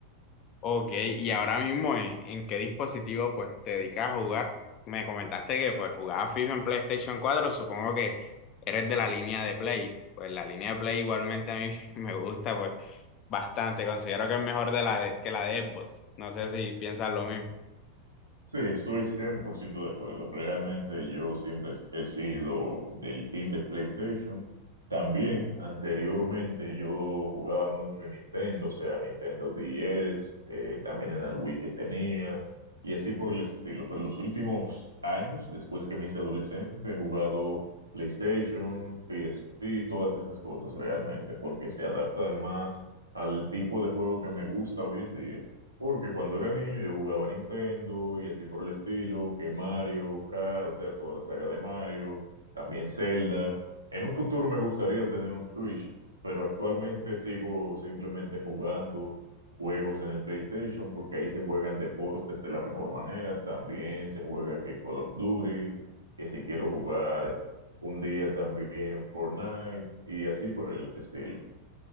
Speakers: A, on the left; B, on the right.
A: Ok, y ahora mismo ¿en, en qué dispositivo pues te dedicas a jugar? Me comentaste que pues jugabas FIFA en PlayStation 4. Supongo que eres de la línea de Play. Pues la línea de Play igualmente a mí <laughs> me gusta pues bastante. Considero que es mejor de la de, que la de Xbox. No sé si piensas lo mismo.
B: Sí, estoy 100% de acuerdo. Realmente yo siempre he sido del team de PlayStation. También anteriormente yo jugaba mucho en Nintendo, o sea, Nintendo 10, eh, también en el Wii que tenía y así por el estilo. Pero los últimos años, después que me hice adolescente, he jugado PlayStation, PSP, todas esas cosas realmente, porque se adaptan más al tipo de juego que me gusta hoy en día. Porque cuando era niño yo jugaba Nintendo y así por el estilo, que Mario, Kart, o sea, toda la saga de Mario, también Zelda. En un futuro me gustaría tener un Switch, pero actualmente sigo simplemente jugando juegos en el PlayStation porque ahí se juegan deportes de la mejor manera. También se juega que Call of Duty, que si quiero jugar un día también Fortnite y así por el estilo.